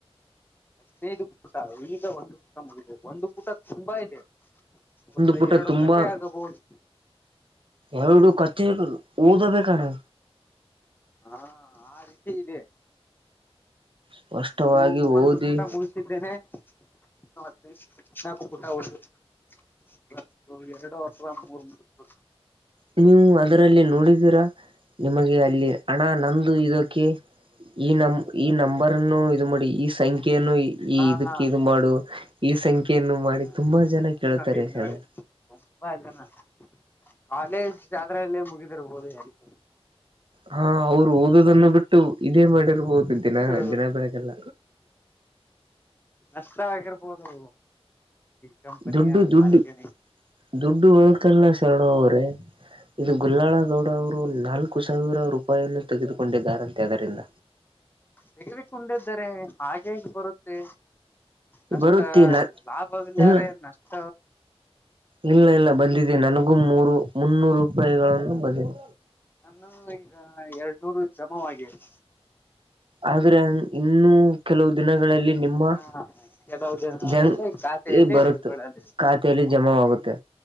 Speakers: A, on the left (about 20°); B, on the right (about 55°).
A: ಹದೈದು ಪುಟ ಈಗ ಒಂದು ಪೂಟ ಮುಗಿದಿದೆ ಒಂದು ಪುಟ ತುಂಬಾ ಇದೆ. ಒಂದು
B: ಪುಟ
A: ಎರಡು
B: ತುಂಬಾ
A: ಕತೆೆ ಆಗಬಹುದು
B: ಎರಡು ಕತ್ತಿನಾ ಓದಬೇಕಣ್ಣ
A: ಹಾ ಆ ರೀತಿ ಇದೆ.
B: ಸ್ಪಷ್ಟವಾಗಿ
A: ಇನ್ನು ಒಂದು
B: ಓದಿ
A: ಪುಟ ಮುಗಿಸಿದ್ದೇನೆ ಇನ್ನೂ <unintelligible> ಪುಟ ಉಳಿದಿದೆ. ಇವತ್ ಎರಡು ಅಥವಾ ಮೂರ್ ಮುಗಸಬೇಕು.
B: ಹ್ಮ್ ನೀವು ಅದರಲ್ಲಿ ನೋಡಿದೀರಾ ನಿಮಗೆ ಅಲ್ಲಿ ಹಣ ನಂದು ಇದಕ್ಕೆ ಈ ನಮ್ ಈ ನಂಬರ್ನ್ನು ಇದು ಮಾಡಿ ಈ ಸಂ ಖ್ಯಯನ್ನು
A: ಹಾ
B: ಈ ಇದಕ್ಕೆ ಇದು
A: ಹೌದೌದು
B: ಮಾಡು ಈ ಸಂಖ್ಯೆ ನು ಮಾಡಿ
A: ಹ
B: ತುಂಬಾ ಜನ ಕೇಳ್ತಾರೆ
A: ನೋಡಿದ್
B: ಶರಣು.
A: ನೋಡಿದ್ ತುಂಬಾ ಜನ ಕಾಲೇಜ್ ಅದ್ರಲ್ಲೇ ಮುಗಿದಿರ್ಬೋದು ಯಾರಗೊತ್ತು.
B: ಹಾ ಅವ್ರು ಓದೋದನ್ನು ಬಿಟ್ಟು ಇದೇ ಮಾಡರು. ಹೌದು
A: ಎಷ್ಟು
B: ದಿನ ದಿನ ಬೆಳಗೆಲ್ಲ.
A: ನಷ್ಟ ಆಗಿರ್ಬೋದು. ಕಂಪನಿಯ
B: ದುಡ್ಡು ದುಡ್ಡು
A: ಮಾಲಿಕ -
B: ದುಡ್ಡು ಹೋಗ್ತಿಲ್ಲ ಶರಣ ಅವ್ರೇ. ಇದು ಗುಲ್ಲಾಳಗೌಡ ಅವ್ರು ನಾಲ್ಕು ಸಾವಿರ ರೂಪಾಯಿಯನ್ನು ತೆಗೆದುಕೊಂಡಿದ್ದಾರಂತೆ ಅದರಿಂದ.
A: ತೆಗಿದುಕೊಂಡಿದ್ದಾರೆ. ಹಾಗೇಗ್ ಬರುತ್ತೆ ನಷ್ಟ
B: ಬರುತ್ತೆ ನ
A: ಲಾಭವಿಲ್ಲಾರೆ
B: ಇಲ್ಲ
A: ನಷ್ಟ.
B: ಇಲ್ಲ ಇಲ್ಲ ಬಂದಿದೆ ನನ್ಗೂ ಮೂರು ಮುನ್ನೂರು. ರೂಪಾಯಿಗಳನ್ನು ಬಂದಿದೆ
A: ನಮ್ದು ಈಗ ಎರಡ್ನೂರು ಜಮವಾಗಿದೆ.
B: ಆದ್ರೆ ಇನ್ನುೂ ಕೆಲವು ದಿನಗಳಲ್ಲಿ ನಿಮ್ಮ.
A: ಹ ಕೆಲವು ದಿನಗಳಲ್ಲಿ
B: ಜಲ್ದಿ
A: ಖಾತೆಯಲ್ಲಿ
B: ಬರುತ್
A: ಬೀಳಲಿದೆ
B: ಖಾತೆಯಲ್ಲಿ ಜಮಾ ಆಗುತ್ತೆ.